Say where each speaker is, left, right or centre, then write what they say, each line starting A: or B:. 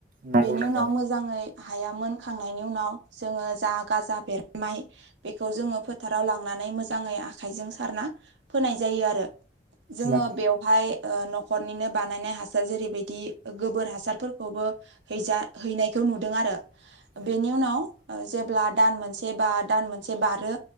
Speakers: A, on the right; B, on the right.
A: नंगौ
B: बेनि
A: नंगौ
B: उनाव मोजाङै हाया मोनखांनायनि उनाव जोङो जा गाजा बेरनाय बेखौ जोङो फोथाराव लांनानै मोजाङै आखायजों सारना फोनाय जायो आरो जोङो
A: नंगौ नंगौ
B: बेयावहाय न'खरनिनो बानायनाय हासार जेरैबायदि गोबोर हासारफोरखौबो हैजा हैनायखौ नुदों आरो बेनिन
A: नंगौ
B: उनाव
A: नंगौ
B: जेब्ला दान मोनसे बा दान मोनसे बारो